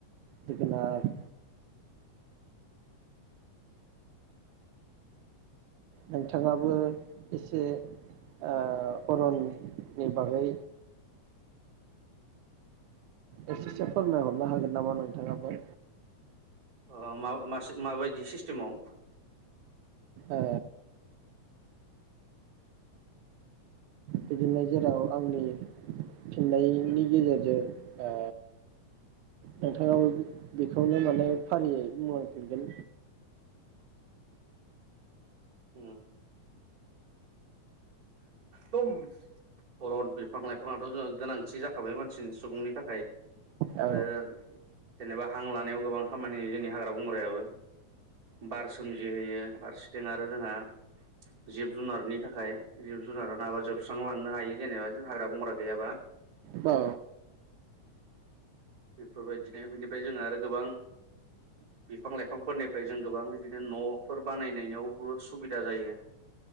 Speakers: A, on the right; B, on the right.
A: जोगोनार। नोंथांङाबो एसे ओ‌ अरननि बागै। एसेसो फोरमायहरनो हागोन नामा नोंथाङाबो?
B: ओ मा मास माबायदि सिस्टेमाव।
A: ओ। बिदिनो जेराव आंनि फिननायनि गेजेरजों ओ नोंथाङाबो बेखौनो माने फारियै बुंलांफिनगोन।
B: उम दम अरन बिफां लाइफांआथ' जों गोनांथि जाखाबाय मानसिनि सुबुंनि थाखाय।
A: औ
B: आरो। जेनेबा हां लानायाव गोबां खामानि होयो जोंनि हाग्रा बंग्रायाबो बार सोमजिहोयो फारसेथिं आरो जोंहा जिब जुनारनि थाखाय जिब। जुनारा नाबा जोबस्रांलांनो हायो जेनेबा हाग्रा बंग्रा गैयाबा।
A: औ।
B: बेफोरबायदिनो बेनिफ्राय जोंहा आरो गोबां बिफां लाइफांफोरनिफ्राय जों गोबां बिदिनो न'फोर बानायनायावबो सुबिदा जायो